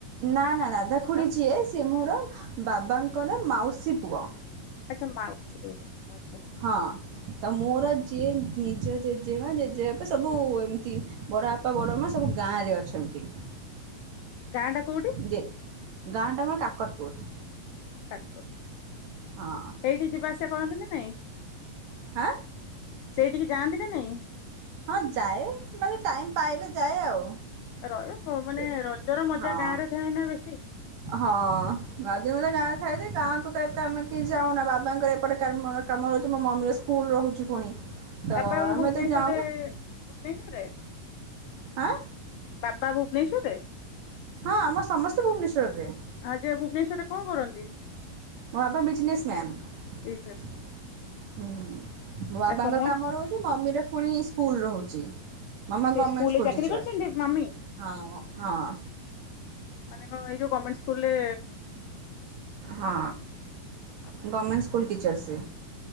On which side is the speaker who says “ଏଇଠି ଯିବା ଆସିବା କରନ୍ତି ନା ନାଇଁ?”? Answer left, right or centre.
Left